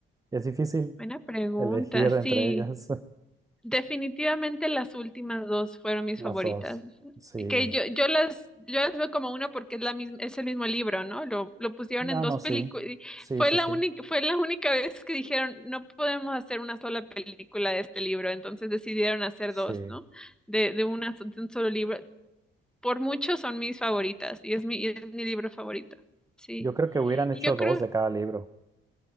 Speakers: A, on the right (about 15°); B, in the centre.
A: Es difícil
B: buena pregunta,
A: elegir
B: sí.
A: entre ellas
B: Definitivamente las últimas dos fueron
A: <laughs>
B: mis
A: las
B: favoritas.
A: dos. Sí.
B: que yo, yo las, yo las veo como una porque es la misma, es el mismo libro, ¿no? Lo, lo pusieron en
A: Ah,
B: dos
A: no, sí.
B: películas.
A: Sí,
B: Fue
A: sí,
B: la
A: sí.
B: única, fue la única vez que dijeron, no podemos hacer una sola película de este libro, entonces decidieron hacer dos,
A: Sí.
B: ¿no? De, de una, so- de un solo libro. Por mucho son mis favoritas y es mi, y es mi libro favorito. Sí.
A: Yo creo que hubieran hecho
B: Y yo creo,
A: dos de cada libro.